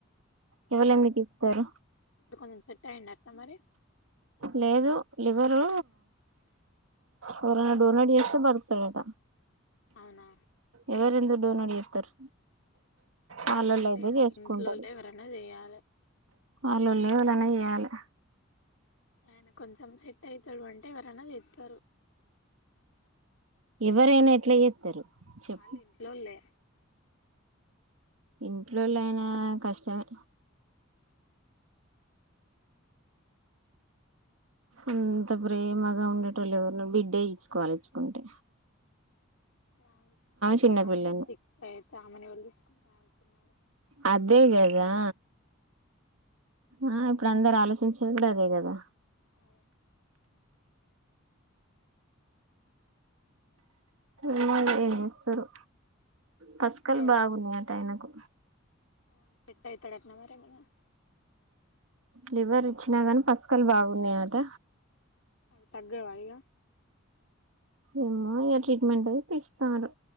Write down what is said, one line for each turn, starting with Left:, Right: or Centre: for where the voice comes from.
Right: ఎవళెందుకు
Left: ఆ ఇప్పుడు
Right: ఇస్తారు
Left: ఇప్పుడు కొంచెం సెట్టయిండ అక్క మరి
Right: లేదు లివరు ఎవరన్న డోనేట్ చేస్తే బర్తాడట
Left: అవునా
Right: ఎవరెందుకు డోనెట్ చెత్తరు వాళ్ళొల్లు
Left: ఎవరంటే
Right: అయితే చేసుకుంటది
Left: ఇంట్లోలే ఎవరైనా చేయాలి
Right: అల్లోళ్ళే ఎవలన్న చేయలే
Left: ఆయన కొంచెం సెట్ అవుతాడు అంటే ఎవరైనా చెత్తరు
Right: ఎవరైనా ఎట్లా చేస్తారు చెప్పు
Left: వాళ్ళు ఇంట్లోళ్ళే
Right: ఇంట్లోలయినా కష్టమే అంత ప్రేమగా ఉండేటోళ్ళు ఎవరినో బిడ్డే ఇచ్చుకోవలే ఇచ్చుకుంటే
Left: ఇప్పుడు ఆమె ఇచ్చుకుంటే
Right: చిన్న
Left: ఆమె
Right: పిల్లని
Left: సిక్ అయితే ఆమెను ఎవలు చుసుకుంట్ ఆమె చిన్న
Right: అదే కదా ఆ ఇప్పుడు అందరు ఆలోచించేది కూడా అదే కదా
Left: అదే
Right: ఏమో ఏం చేస్తరో పస్కాలు
Left: ఇప్పుడు
Right: బాగున్నాయట ఆయనకు
Left: ఆ సెట్ అయితాడట్నా మరి ఏమన్నా
Right: లివర్ ఇచ్చినా గాని పసుకాలు బాగున్నాయట
Left: అవి తగ్గవ ఇగ
Right: ఏమ్మో ఇగ ట్రీట్మెంట్ అవి ఇస్తరు